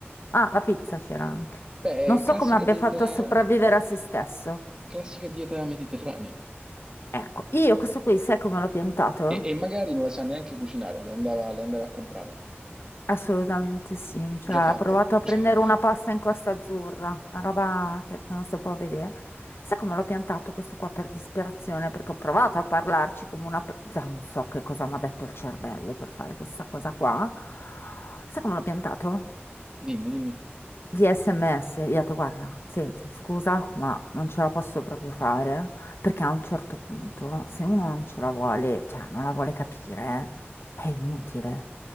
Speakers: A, on the left; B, on the right.
A: Ah, la pizza c'era anche.
B: Beh,
A: Non
B: è
A: so
B: classica
A: come abbia
B: dei,
A: fatto
B: eh,
A: a sopravvivere a se stesso.
B: Classica dieta mediterranea.
A: Ecco, io questo qui, sai come l'ho piantato?
B: E, e magari non la sa neanche cucinare, le andava, le andava a comprare,
A: Assolutamente sì,
B: già
A: cioè ha
B: fatte.
A: provato a prendere
B: <laughs> Cioè,
A: una pasta in Costa Azzurra, una roba che non si può vedere. Sai come l'ho piantato questo qua per disperazione? Perché ho provato a parlarci come una... per- Già non so che cosa mi ha detto il cervello per fare questa cosa qua. Sai come l'ho piantato?
B: Dimmi, dimmi.
A: Via SMS, io ho detto, guarda, senti, scusa, ma non ce la posso proprio fare, perché a un certo punto, se uno non ce la vuole, cioè non la vuole capire, è inutile.